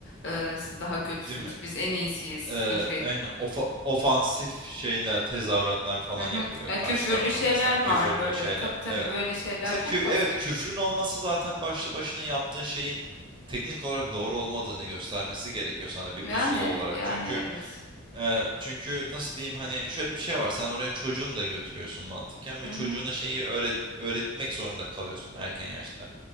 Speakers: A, on the left; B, on the right.
A: E, siz daha kötüsünüz
B: değil mi?
A: biz en iyisiyiz
B: Ee,
A: fikri.
B: aynen ofa- ofansif şeyler, tezahüratlar falan
A: Hı
B: yapılıyor
A: hı. Ya
B: karşı
A: küfürlü
B: tarafa
A: şeyler
B: mesela küfürlü
A: var böyle.
B: şeyler.
A: Tabii tabii
B: Evet.
A: böyle şeyler
B: Mesela
A: çok
B: kü
A: fazla.
B: evet küfrün olması zaten başlı başına yaptığın şeyin teknik olarak doğru olmadığını göstermesi gerekiyor sana bir
A: Yani
B: pusula olarak.
A: yani
B: Çünkü
A: evet.
B: Eee, çünkü nasıl diyeyim hani şöyle bir şey var. Sen oraya çocuğunu da götürüyorsun mantıken ve
A: Hı
B: çocuğuna
A: hı,
B: şeyi öğret öğretmek zorunda kalıyorsun erken yaşta.